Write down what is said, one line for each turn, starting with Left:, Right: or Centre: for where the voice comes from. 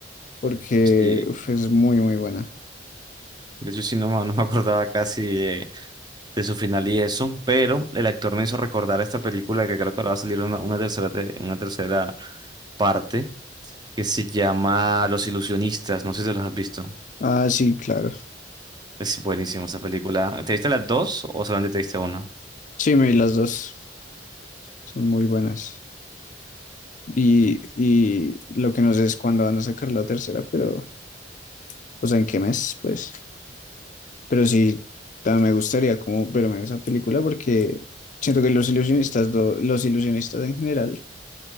Left: porque
Right: Sí.
Left: uf, es muy, muy buena.
Right: De hecho, sí, no, me no me acordaba casi de, de su final y eso. Pero el actor me hizo recordar esta película que creo que ahora va a salir una, una tercera, te- una tercera parte que se llama Los Ilusionistas. No sé si los has visto.
Left: Ah, sí, claro.
Right: Es buenísima esa película. ¿Te viste las dos o solamente te viste una?
Left: Sí, me vi las dos, son muy buenas. Y, y lo que no sé es cuándo van a sacar la tercera, pero, o sea, ¿en qué mes? Pues. Pero sí, también me gustaría como verme en esa película porque siento que Los Ilusionistas, do- Los Ilusionistas en general